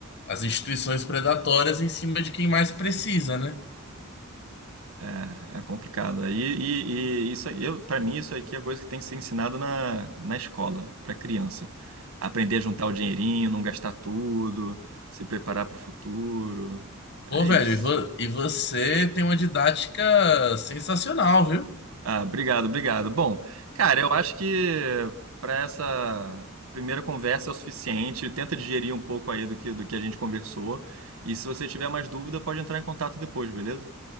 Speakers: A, on the left; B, on the right.
A: as instituições predatórias em cima de quem mais precisa, né?
B: É, é complicado. E, e, e isso, aí- eu, para mim, isso aqui é coisa que tem que ser ensinado na, na escola, para criança. Aprender a juntar o dinheirinho, não gastar tudo, se preparar para o futuro.
A: Pô,
B: É
A: velho,
B: isso.
A: e, vo- e você tem uma didática sensacional, viu?
B: Ah, obrigado, obrigado. Bom, cara, eu acho que para essa primeira conversa é o suficiente. Tenta digerir um pouco aí do que, do que a gente conversou. E se você tiver mais dúvida, pode entrar em contato depois, beleza?